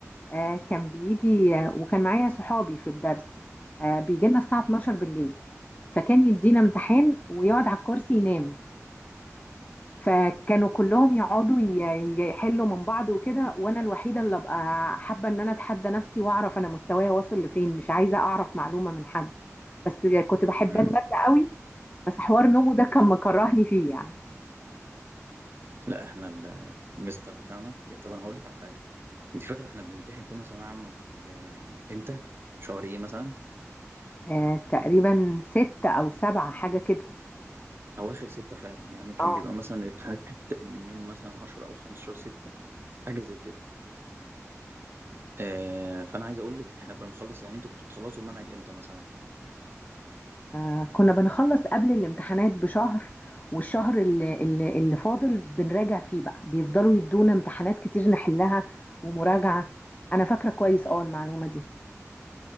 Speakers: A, on the left; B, on the right.
A: آه كان بيجي آه وكان معايا صحابي في الدرس آه بيجي لنا الساعة 12 بالليل فكان يدينا امتحان ويقعد على الكرسي ينام فكانوا كلهم يقعدوا ي- يحلوا من بعض وكده وانا الوحيده اللي ابقى حابه ان انا اتحدى نفسي واعرف انا مستواي واصل لفين مش عايزه اعرف معلومه من حد بس كنت بحب
B: امم
A: الماده قوي بس حوار نومو ده كان مكرهني فيه يعني
B: لا احنا ال- المستر بتاعنا يا طب انا هقول لك على حاجه انت فاكره احنا بنمتحن كنا ثانويه عامه في- آه، امتى شهر ايه مثلا
A: آه تقريبا ستة او سبعة حاجه كده
B: اواخر ستة فعلا يعني كان
A: اه
B: بيبقى مثلا الامتحانات بتبدأ من يوم مثلا 10 او 15 ستة حاجه زي كده آه، فانا عايز اقول لك احنا كنا بنخلص يعني انتوا كنتوا بتخلصوا المنهج امتى مثلا
A: آه، كنا بنخلص قبل الامتحانات بشهر والشهر اللي, اللي, اللي فاضل بنراجع فيه بقى بيفضلوا يدونا امتحانات كتير نحلها ومراجعه انا فاكره كويس اه المعلومه دي